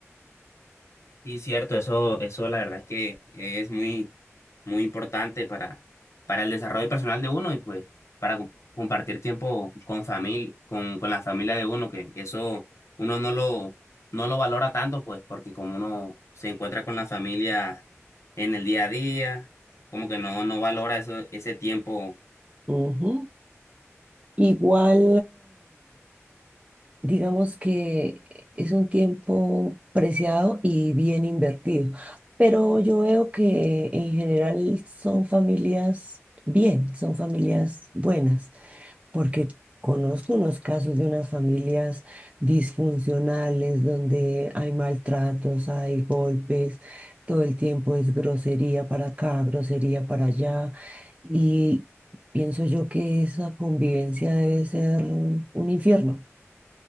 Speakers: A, on the left; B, on the right.
A: Sí, cierto, eso, eso la verdad es que es muy, muy importante para, para el desarrollo personal de uno y pues para com- compartir tiempo con familia, con, con la familia de uno, que eso uno no lo, no lo valora tanto, pues, porque como uno se encuentra con la familia en el día a día, como que no, no valora eso, ese tiempo
B: Ujú. Igual, digamos que es un tiempo preciado y bien invertido. Pero yo veo que en general son familias bien, son familias buenas, porque conozco unos casos de unas familias disfuncionales donde hay maltratos, hay golpes, todo el tiempo es grosería para acá, grosería para allá, y pienso yo que esa convivencia debe ser un infierno.